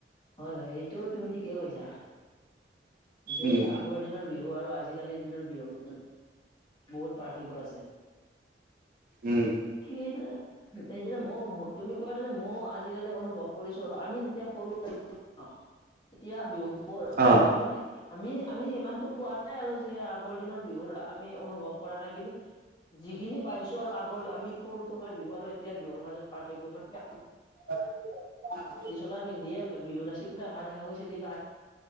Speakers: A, on the left (about 25°); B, on the right (about 55°).
A: হয়ঁ হয়ঁ, সেইটো তুমি ঠিকেই কৈছা। যে
B: উম
A: আগৰ দিনৰ বিহু আৰু আজিকালিৰ দিনৰ বিহু বহুত পাৰ্থক্য আছে।
B: উমঁ'।
A: সেইতো এটা সেইদৰে মোৰ তুমি কোৱা দৰে সেইতো ময়ো আজিকালি অনুভৱ কৰিছো আৰু, আমি যেতিয়া সৰু আছিলো। অঁ এতিয়া বিহুবোৰ বিহুবোৰ
B: অ
A: আমি আমি ইমানটো পোৱা নাই আৰু যে, আগৰ দিনৰ বিহুৰ আমি অনুভৱ কৰা নাই, কিন্তু যিখিনি পাইছো ছোৱা আৰু আগত আমি সৰু থকাৰ বিহু আৰু এতিয়া বিহুৰ মাজত পাৰ্থক্য বিলাক
B: <inaudible>
A: তি চলা পিন্ধিয়ে বিহু নাচিবলৈ অহা দেখা গৈছে। ছিল কিন্তু